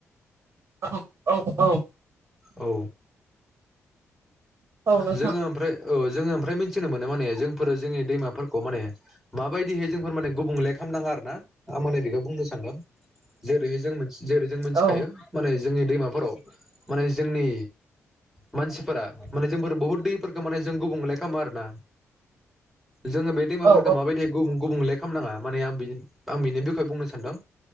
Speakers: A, on the right; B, in the centre.
A: औ औ औ
B: औ
A: औ नोंथां
B: जोङो ओमफ्राय औ जोङो ओम फ्राय मिथिनो मोनो माने जोंफोरो जोंनि दैमाफोरखौ माने माबायदिहै जोंफोर माने गुबुंले खालामनाङा आरो ना आं माने बेखौ बुंनो सानदों जेरैहाय जों जेरै जों मिथिखायो
A: औ
B: माने जोंनि दैमाफोराव माने जोंनि मानसिफोरा माने जोंफोर बहुत दैफोरखौ माने जों गुबुंले खालामो आरो ना जोङो बे दैमाफोरखौ
A: औ
B: माबायदि गुबुन गुबुंले खालामनाङा माने आं आं बिनि बिखय बुंनो सानदों